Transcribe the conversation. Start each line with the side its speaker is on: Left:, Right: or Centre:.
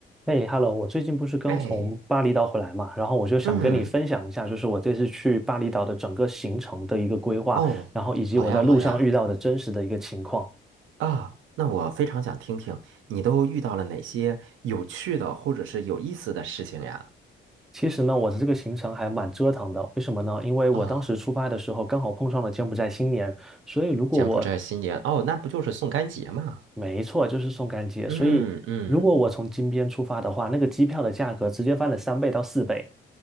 Centre: 哎，Hello，我最近不是刚从巴厘岛回来嘛，
Right: 哎，
Centre: 然后我就想跟你分享一下，
Right: 嗯，
Centre: 就是我这次去巴厘岛的整个行程的一个规划，
Right: 哦，
Centre: 然后以及我在路上遇到的真实的一个情况。
Right: 好呀，好呀，啊，那我非常想听听你都遇到了哪些有趣的或者是有意思的事情呀？
Centre: 其实呢，我的这个行程还蛮折腾的，为什么呢？因为我当时出发的时候刚好碰上了柬埔寨新年，
Right: 啊，
Centre: 所以如果我
Right: 柬埔寨新年，哦，那不就是送干节吗？
Centre: 没错就是宋干节，
Right: 嗯嗯，
Centre: 所以如果我从金边出发的话，那个机票的价格直接翻了三倍到四倍。